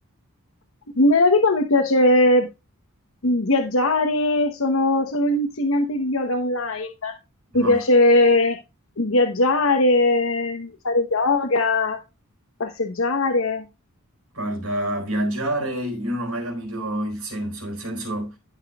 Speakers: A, on the left; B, on the right.
A: Nella vita mi piace viaggiare, sono, sono un'insegnante di yoga online,
B: No.
A: mi piace viaggiare, fare yoga, passeggiare.
B: Guarda, viaggiare io non ho mai capito il senso, nel senso